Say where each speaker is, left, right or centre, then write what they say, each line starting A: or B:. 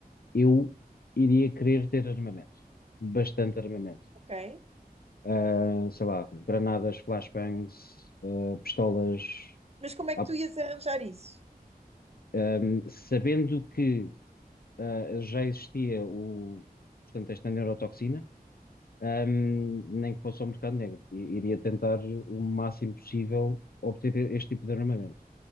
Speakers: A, on the left; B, on the right.
A: eu iria querer ter armamentos, bastante armamento.
B: ok.
A: ah, sei lá, granadas, flashbangs, ah, pistolas,
B: Mas como é
A: Ah,
B: que tu ias arranjar isso?
A: ahm, sabendo que ah, já existia o, portanto, esta neurotoxina, ahm, nem que fosse ao mercado negro, I- iria tentar o máximo possível obter este tipo de armamento.